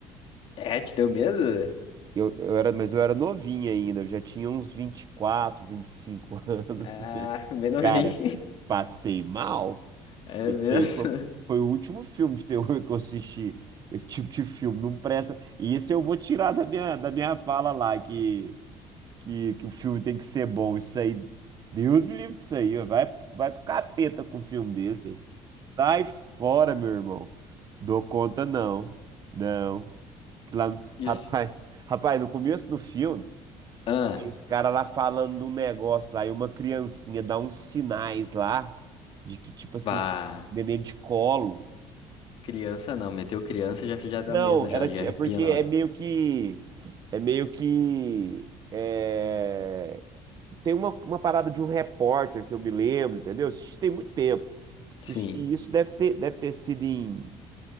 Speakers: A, on the left (about 55°); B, on the right (about 40°).
A: É, te deu medo?
B: Eu, eu era, mas eu era novinho ainda, eu já tinha uns vinte vinte e quatro vinte e cinco <laughs> anos.
A: Ah, bem novinho.
B: Cara,
A: <laughs>
B: passei mal,
A: É
B: porque
A: mesmo?
B: foi, foi o último filme de terror <laughs> que eu assisti. Esse tipo de filme não presta. E esse eu vou tirar da minha, da minha fala lá, que, que, que o filme tem que ser bom. Isso aí, Deus me livre disso aí. Vai, vai pro capeta com um filme desse. Sai fora, meu irmão. Dou conta, não. Não. Lá, no-
A: Isso.
B: rapaz, rapaz, no começo do filme.
A: Ah,
B: Tem os caras lá falando de um negócio lá, e uma criancinha dá uns sinais lá, de que, tipo assim,
A: bah.
B: neném de colo.
A: Criança não, meteu criança já, já dá
B: Não,
A: medo, já,
B: era
A: já
B: ti-
A: arrepia
B: é porque
A: na
B: é
A: hora.
B: meio que. É meio que. é, Tem uma, uma parada de um repórter que eu me lembro, entendeu? Assisti tem muito tempo. Assisti
A: Sim.
B: isso, deve ter, deve ter sido em.